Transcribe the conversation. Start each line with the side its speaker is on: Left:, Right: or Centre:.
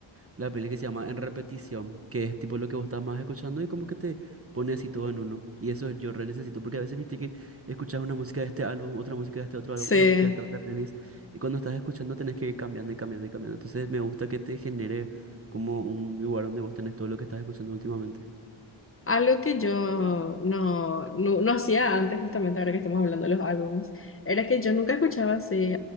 Right: la playlist que se llama En Repetición, que es tipo lo que vos estás más escuchando y como que te pone así todo en uno. Y eso yo re necesito porque a veces viste que escuchas una música de este álbum, otra música de este otro álbum,
Left: Sí.
Right: una música de esta otra playlist y cuando estás escuchando tenés que ir cambiando y cambiando y cambiando. Entonces me gusta que te genere como un lugar donde vos tenés todo lo que estás escuchando últimamente.
Left: Algo que yo no, no, no hacía antes, justamente ahora que estamos hablando de los álbumes, era que yo nunca escuchaba así